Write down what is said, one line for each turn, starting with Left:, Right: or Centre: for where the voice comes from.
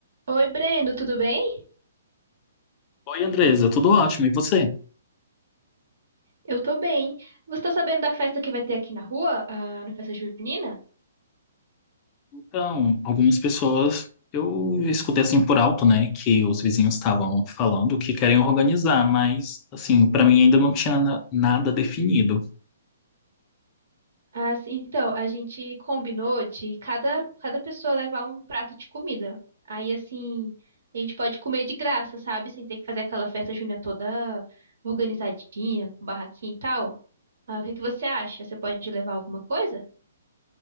Right: Oi, Brendo, tudo bem?
Left: Oi, Andresa, tudo ótimo. E você?
Right: Eu tô bem. Você tá sabendo da festa que vai ter aqui na rua, ah, na festa junina?
Left: Então, algumas pessoas eu escutei assim por alto, né, que os vizinhos estavam falando que querem organizar, mas assim, para mim ainda não tinha na- nada definido.
Right: Ah, sim, então, a gente combinou de cada, cada pessoa levar um prato de comida. Aí, assim, a gente pode comer de graça, sabe? Sem ter que fazer aquela festa junina toda organizadinha, com barraquinha e tal. Ah, o que que você acha? Você pode levar alguma coisa?